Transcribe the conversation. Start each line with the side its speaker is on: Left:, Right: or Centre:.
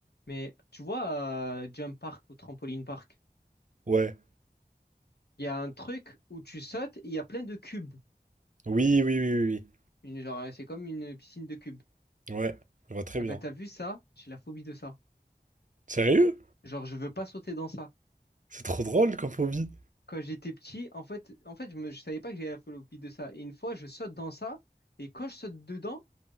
Left: Mais tu vois, euh, Jump Park ou Trampoline Park,
Right: Ouais.
Left: il y a un truc où tu sautes et il y a plein de cubes.
Right: Oui, oui, oui, oui.
Left: Une, genre, euh, c'est comme une piscine de cubes.
Right: oui. Ouais, je vois très
Left: Eh
Right: bien.
Left: ben, t'as vu ça? J'ai la phobie de ça.
Right: Sérieux?
Left: Genre, je veux pas sauter dans ça.
Right: C'est trop drôle comme phobie.
Left: Quand j'étais petit, en fait, en fait, je me, je savais pas que j'avais la phobie de ça. Et une fois, je saute dans ça et quand je saute dedans,